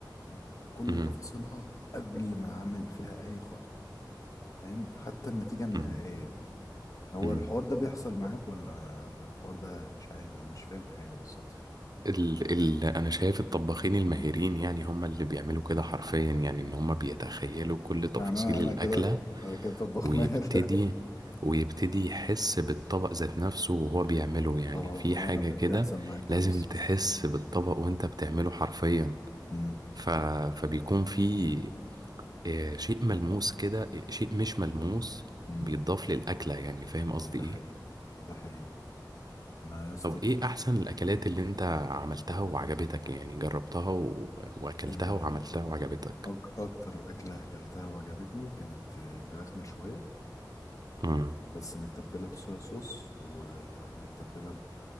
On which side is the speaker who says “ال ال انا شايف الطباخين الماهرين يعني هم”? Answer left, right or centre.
Right